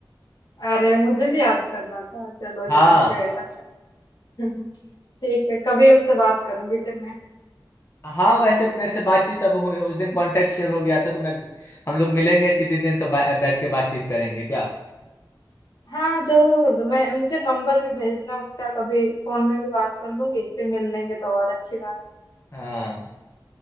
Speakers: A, on the left; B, on the left.
A: अरे मुझे भी याद कर रहा था चलो
B: हाँ
A: जान के अच्छा लगा। <laughs> ठीक है कभी उससे बात करूंगी फिर मैं
B: हाँ वैसे मेरे से बातचीत अब हुई उस दिन कांटेक्ट शेयर हो गया था तो मैं हम लोग मिलेंगे किसी दिन तो बै, बैठ के बातचीत करेंगे क्या
A: हाँ जरूर मैं मुझे नंबर भी भेजना उसका कभी फोन में भी बात कर लूंगी फिर मिल लेंगे तो और अच्छी बात
B: हाँ